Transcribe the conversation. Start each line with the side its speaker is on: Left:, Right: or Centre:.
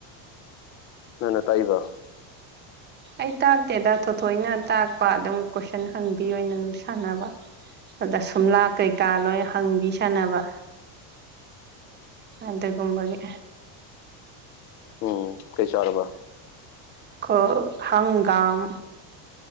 Left: ꯅꯪꯅ ꯇꯥꯛꯏꯕ
Right: ꯑꯩ ꯇꯥꯛꯇꯦꯗ ꯊꯣꯊꯣꯏꯅ ꯇꯥꯛꯄ ꯑꯗꯨꯝ ꯀꯣꯏꯁꯟ ꯍꯪꯕꯤ ꯑꯣꯏꯅ ꯑꯗꯨꯝ ꯁꯥꯟꯅꯕ ꯑꯗ ꯁꯨꯝꯂꯥꯛ ꯀꯩꯀꯥ ꯂꯣꯏ ꯍꯪꯕꯤ ꯁꯥꯟꯅꯕ ꯑꯗꯒꯨꯝꯕꯒꯤ
Left: ꯎꯝ ꯀꯩ ꯆꯥꯔꯕ
Right: ꯀ ꯍꯪꯒꯥꯝ